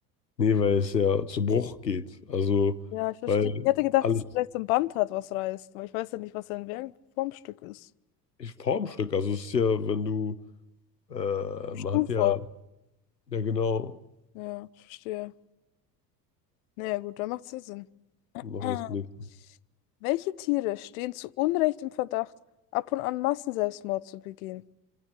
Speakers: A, on the left; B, on the left.
A: Nee, weil es ja zu Bruch geht. Also,
B: Ja, ich verstehe.
A: weil
B: Ich hätte gedacht,
A: alles
B: dass er vielleicht so ein Band hat, was reißt. Aber ich weiß ja nicht, was sein in welchem Formstück ist.
A: ich, Formstück. Also, es ist ja, wenn du, äh,
B: In
A: man
B: Stuhlform.
A: hat ja, ja genau,
B: Ja, ich verstehe. Naja, gut, dann macht's ja Sinn.
A: machen
B: <clears throat>
A: wir was gelesen.
B: Welche Tiere stehen zu Unrecht im Verdacht, ab und an Massenselbstmord zu begehen?